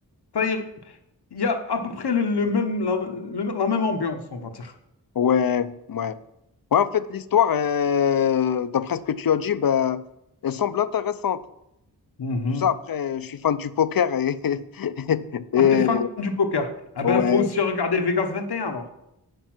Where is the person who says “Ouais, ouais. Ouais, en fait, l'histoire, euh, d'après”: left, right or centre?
Left